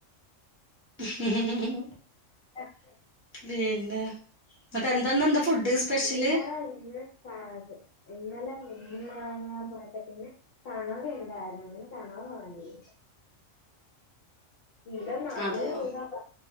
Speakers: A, on the right; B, on the left.
A: മ്മ്ഹ്.
B: ഉം
A: പിന്നെ എന്നിട്ട് ഇന്ന് എന്താന്ന എന്താ ഫുഡ് സ്പെഷ്യല്?
B: ഇതാ ഇന്ന് ക്രാബ് ഇന്നലെ മീൻ മാങാൻ പോയപ്പോ പിന്നെ കണവണ്ടായിരുന്നു അങ്ങനെ കണവ വാങ്ങി കിലോ നാനൂറ്
A: അതെയോ
B: രൂപ